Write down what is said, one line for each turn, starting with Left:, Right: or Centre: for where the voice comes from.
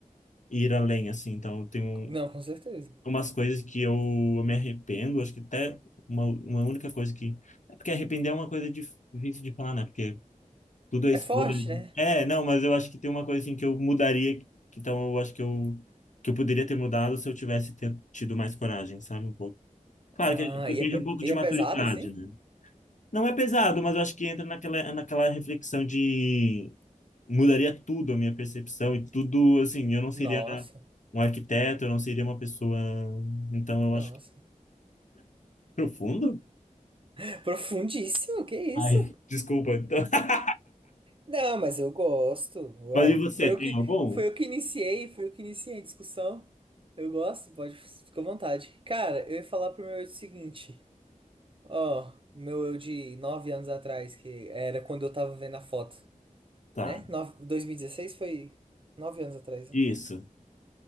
Left: ir além assim. Então, tem um,
Right: Não, com certeza.
Left: umas coisas que eu, eu me arrependo, acho que até uma, uma única coisa que é porque arrepender é uma coisa difícil de falar, né? Porque Tudo é
Right: É
Left: escolha.
Right: forte,
Left: gente.
Right: né?
Left: É, não, mas eu acho que tem uma coisa assim que eu mudaria, que- então eu acho que eu que eu poderia ter mudado se eu tivesse ter- tido mais coragem, sabe, um pouco. Claro
Right: Ah,
Left: que depende
Right: e é, pe-
Left: um pouco de
Right: e é
Left: maturidade,
Right: pesado, assim?
Left: né? Não é pesado, mas eu acho que entra naquela naquela reflexão de mudaria tudo a minha percepção e tudo, assim, eu não seria
Right: Nossa.
Left: um arquiteto, eu não seria uma pessoa, então eu
Right: Nossa.
Left: acho que <laughs> profundo.
Right: <laughs> Profundíssimo, que isso?
Left: Ai, desculpa. Então. <laughs>
Right: Não, mas eu gosto. Uai.
Left: Mas e você,
Right: Foi
Left: tem
Right: eu que,
Left: algum?
Right: foi eu que iniciei, foi eu que iniciei a discussão. Eu gosto, pode, fica à vontade. Cara, eu ia falar pro meu eu o seguinte. Ó, o meu eu de nove anos atrás, que era quando eu tava vendo a foto,
Left: Tá.
Right: né? Nove- 2016 foi nove anos atrás, né?
Left: Isso.